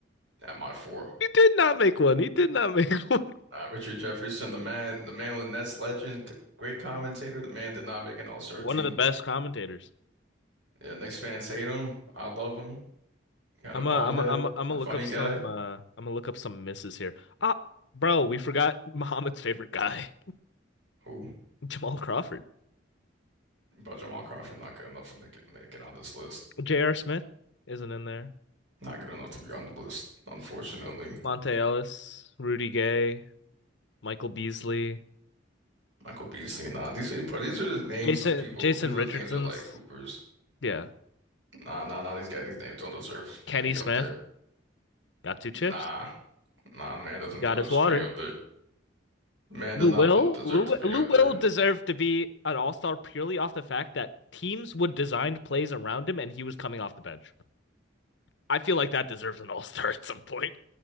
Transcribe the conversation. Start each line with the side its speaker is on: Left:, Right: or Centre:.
Right: at my four.
Left: He did not make one. He did not make <laughs> one.
Right: Uh, Richard Jefferson, the man, the man with Nets legend, c- great commentator. The man did not make an All-Star
Left: One
Right: team.
Left: of the best commentators.
Right: Yeah, Knicks fans hate him. I love him. He had
Left: I'm
Right: a bald
Left: a, I'm
Right: head.
Left: a, I'm a, I'm
Right: He's
Left: gonna
Right: a funny
Left: look up some
Right: guy.
Left: uh I'm gonna look up some misses here. Ah, bro, we forgot <laughs> Muhammad's favorite guy,
Right: Who?
Left: <laughs> Jamal Crawford.
Right: But Jamal Crawford not good enough to make it make it on this list.
Left: J.R. Smith isn't in there.
Right: Not good enough to be on the list, unfortunately.
Left: Monte Ellis, Rudy Gay, Michael Beasley,
Right: Michael Beasley, nah. These are these are the names
Left: Jason
Right: of people.
Left: Jason
Right: These are
Left: Richardson's,
Right: the names of like Hoopers.
Left: yeah.
Right: Nah, nah, nah. These guys, these names don't deserve
Left: Kenny
Right: to be
Left: Smith
Right: up there.
Left: got two chips.
Right: Nah, nah. The man doesn't
Left: He got
Right: deserve
Left: his water.
Right: to be up there. Man
Left: Lou
Right: does not
Left: Will,
Right: be- deserve
Left: Lou,
Right: to be
Left: Lou
Right: up there.
Left: Will deserved to be an all-star purely off the fact that teams would design plays around him and he was coming off the bench. I feel like that deserves an all-star at some point.